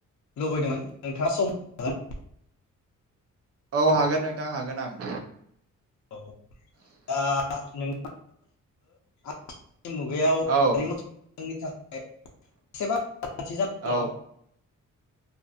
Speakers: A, on the left (about 60°); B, on the right (about 50°).
A: लुबैदोंमोन नोंथाङा सम हागोन
B: औ हागोन नोंथां हागोन आं
A: औ दा नोंथां ओ आथिखालनि मुगायाव
B: औ
A: <unintelligible> थाखाय एसेबा <unintelligible> ओ
B: औ